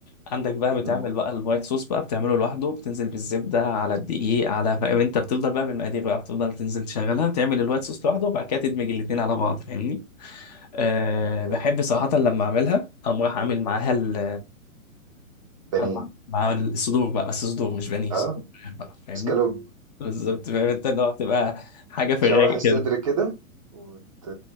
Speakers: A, on the left (about 30°); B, on the right (about 25°).
A: عندك بقى بتعمل
B: امم
A: بقى الوايت صوص بقى بتعمله لوحده بتنزل بالزبده على الدقيق على فاهم انت بتفضل بقى بالمقادير بقى بتفضل تنزل تشغلها تعمل الوايت صوص لوحده وبعد كده تدمج الاتنين على بعض فاهمني أه
B: يا مزاجي
A: بحب صراحه لما اعملها اقوم رايح اعمل معاها ال
B: بانيه
A: أعمل مع الصدور بقى بس صدور مش بانيه
B: اه
A: صدور بقى فاهمني
B: اسكالوب
A: بالظبط فاهم انت اللي هو بتبقى حاجه في
B: تشوح
A: الرايق
B: الصدر
A: كده
B: كده وت...